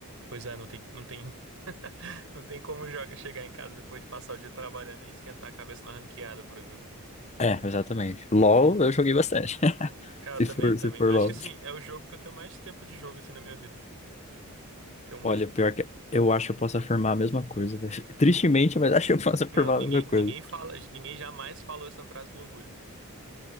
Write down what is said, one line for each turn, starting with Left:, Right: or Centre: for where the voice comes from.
Right: Pois é, não tem, não tem, <laughs> não tem como joga, chegar em casa depois de passar o dia trabalhando e esquentar a cabeça na ranqueada, por exemplo.
Left: É, exatamente. LOL eu joguei bastante. <laughs>
Right: Cara,
Left: Se
Right: eu também,
Left: for,
Right: também.
Left: se for
Right: Acho
Left: LOL.
Right: que assim, é o jogo que eu tenho mais tempo de jogo assim na minha vida. Tenho muito.
Left: Olha, pior que eu acho que eu posso afirmar a mesma coisa. velho. <laughs> Tristemente, mas acho que eu posso afirmar
Right: Não, ninguém,
Left: a mesma coisa.
Right: ninguém fala, ninguém jamais falou essa frase com orgulho.